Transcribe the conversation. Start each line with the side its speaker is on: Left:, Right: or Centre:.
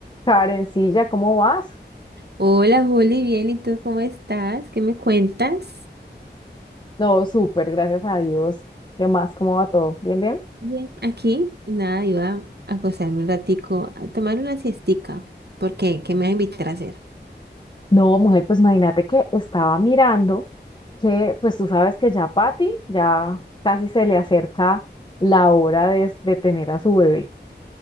Left: Karencilla, ¿cómo vas?
Right: Hola, Juli, bien, ¿y tú cómo estás? ¿Qué me cuentas?
Left: No, súper, gracias a Dios. ¿Qué más? ¿Cómo va todo? ¿Bien, bien?
Right: Bien, aquí, nada, iba a acostarme un ratico, a tomar una siestica. ¿Por qué? ¿Qué me vas a invitar a hacer?
Left: No, mujer, pues imagínate que estaba mirando que, pues tú sabes que ya Patty ya casi se le acerca la hora de, de tener a su bebé.